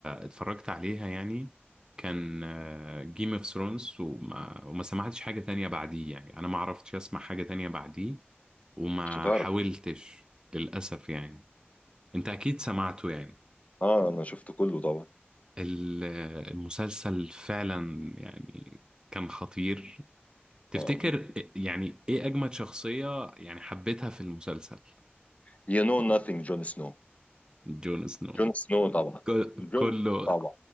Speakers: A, on the right; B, on the left.
A: اتفرجت عليها يعني كان جيم اوف ثرونز وما, وما سمعتش حاجة تانية بعديه يعني انا ما عرفتش اسمع حاجة تانية بعديه وما
B: مش هتعرف
A: حاولتش للأسف يعني انت اكيد سمعته يعني
B: اه انا شفت كله طبعا
A: ال- المسلسل فعلا يعني كان خطير تفتكر
B: اه
A: يعني ايه اجمد شخصية يعني حبيتها في المسلسل
B: you know nothing جون سنو
A: جون سنو
B: جون سنو طبعا
A: ك-
B: جون
A: كله
B: سنو طبعا